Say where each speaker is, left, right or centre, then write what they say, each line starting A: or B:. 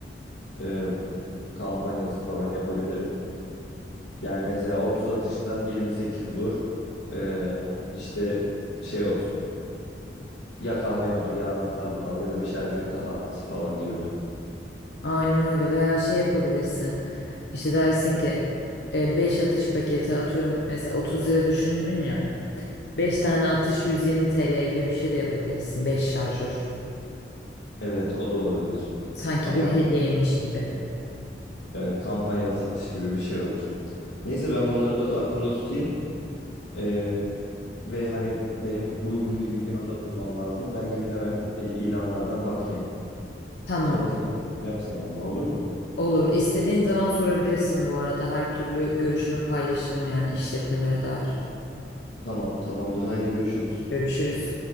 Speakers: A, on the left (about 85°); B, on the left (about 70°).
A: e, p- kampanyası falan yapabilirim. Yani mesela 30 atıştan 28 vur. E, işte şey olsun. Ya kahveni al ya anahtarlığını al ya da bir şarjör daha at falan gibi.
B: Aynen öyle veya şey yapabilirsin. İşte dersin ki e, 5 atış paketi atıyorum mesela 30 lira düşündün ya. 5 tane atış 120 TL gibi bir şey de yapabilirsin. 5 şarjör.
A: Evet o da olabilir.
B: Sanki
A: Kampanya.
B: bir hediyeymiş gibi.
A: Evet kampanyalı satış gibi bir şey olur. Neyse ben bunları da aklımda tutayım. E, Ve hani benim uygun bir dükkanda bulmam lazım. Ben gidip hemen e, ilanlardan bakayım.
B: Tamam.
A: Sonra tekrar arayacağım seni ama olur mu?
B: Olur. İstediğin zaman sorabilirsin bu arada. Her türlü görüşümü paylaşırım yani işletmelere dair.
A: Tamam, tamamdır. Haydi görüşürüz.
B: Görüşürüz.